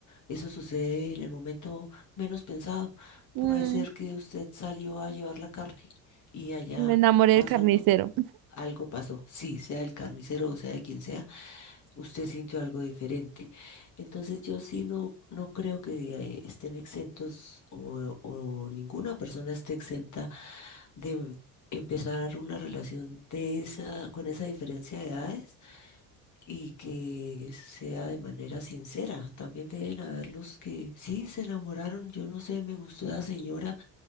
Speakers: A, on the left; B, on the right.
A: Eso sucede en el momento menos pensado. Puede
B: Mm,
A: ser que usted salió a llevar la carne y allá
B: me enamoré
A: pasando
B: del carnicero.
A: algo pasó, sí, sea el carnicero o sea de quien sea usted sintió algo diferente. Entonces yo sí no, no creo que eh, estén exentos o, o ninguna persona esté exenta de empezar una relación de esa, con esa diferencia de edades y que sea de manera sincera. También deben haber los que sí se enamoraron, yo no sé, me gustó la señora